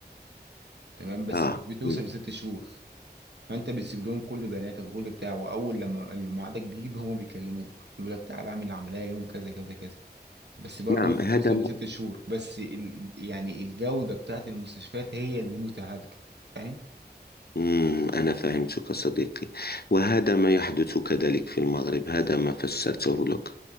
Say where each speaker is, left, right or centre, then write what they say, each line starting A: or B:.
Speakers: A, on the right; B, on the left.
A: تمام بس
B: آه
A: مش بتوصل
B: مم.
A: لست شهور فانت بتسيب لهم كل بياناتك وكل بتاع واول لما الميعادك بيجي هما بيكلموك يقول لك تعالى اعمل العمليه يوم كذا كذا كذا بس برضه
B: نعم
A: مش بتوصل
B: هذا ما
A: لست شهور بس ال... يعني الجوده بتاعت المستشفيات هي اللي متهالكه فاهم
B: مم. أنا فهمتك صديقي وهذا ما يحدث كذلك في المغرب هذا ما فسرته لك